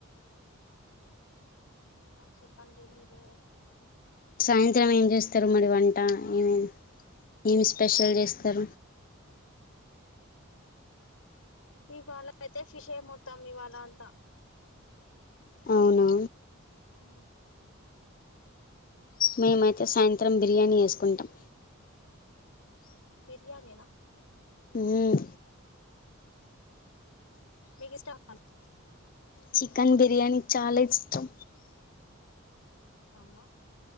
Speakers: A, on the left (about 75°); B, on the left (about 40°).
A: ఇంకా చెప్పండి మీరే
B: సాయంత్రం ఏం చేస్తారు మరి వంట ఏమే ఏమి స్పెషల్ చే త్తర
A: ఇవాళ అయితే ఫిష్ ఏ మొత్తాం ఇవాళ అంతా
B: అవునా
A: ఓ
B: మేమైతే సాయంత్రం బిర్యానీ చేసుకుంటాం
A: బిర్యానీ నా
B: మ్మ్
A: మీకు ఇష్టమ్
B: చికెన్ బిర్యానీ చాలా ఇష్టం
A: అవునా